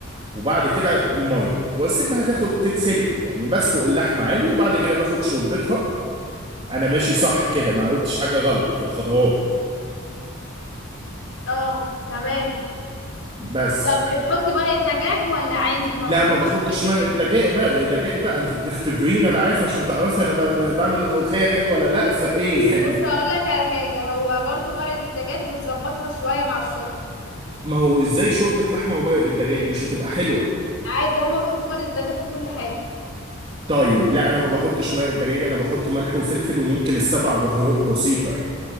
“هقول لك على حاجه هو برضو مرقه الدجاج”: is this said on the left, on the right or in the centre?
Left